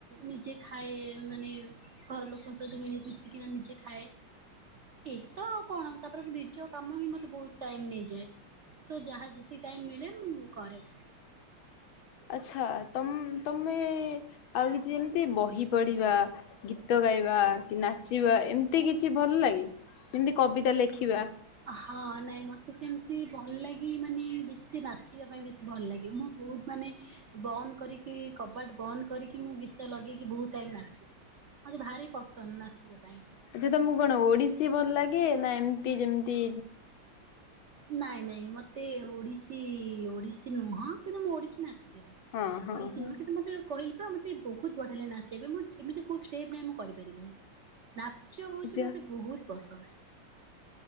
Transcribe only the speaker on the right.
ନିଜେ ଖାଏ ମାନେ ଘର ଲୋକଙ୍କ ସହିତ ମିଳି ମିଶିକିନା ନିଜେ ଖାଏ। ଏଇତ ଆଉ କଣ? ତା ପରେ ମୁଁ ନିଜ କାମ ହିଁ ମତେ ବୋହୁତ୍ ଟାଇମ୍ ନେଇଯାଏ। ତ ଯାହା ଯେତିକି ଟାଇମ୍ ମିଳେ ମୁଁ କରେ।
ହଁ ନାଇଁ ମତେ ସେମିତି ଭଲ ଲାଗେ ମାନେ ବେଶୀ ନାଚିବା ପାଇଁ ବେଶୀ ଭଲ ଲାଗେ ମୁଁ ବୋହୁତ ମାନେ ବନ୍ଦ କରିକି କବାଟ ବନ୍ଦ କରିକି ମୁଁ ଗୀତ ଲଗେଇକି ବୋହୁତ ଟାଇମ ନାଚେ। ମତେ ଭାରି ପସନ୍ଦ ନାଚିବା ପାଇଁ।
ନାଇଁ ନାଇଁ ମତେ ଓଡିଶୀ ଓଡିଶୀ ନୁହଁ, କିନ୍ତୁ ମୁଁ ଓଡିଶୀ ନାଚିଦେବି।
ଓଡିଶୀ
ନୁହିଁ କିନ୍ତୁ ମତେ କହିଲି ପା ମତେ ବୋହୁତ ବଢିଆ ଲାଗେ ନାଚିବା ପାଇଁ। ମ ଏମତି କୋଉ ସ୍ଟେପ ନାଇଁ ମୁଁ କରିପାରିମିନି। ନାଚ୍ୟ ହୋଉଚି
ମୋତେ ବୋହୁତ ପସନ୍ଦ।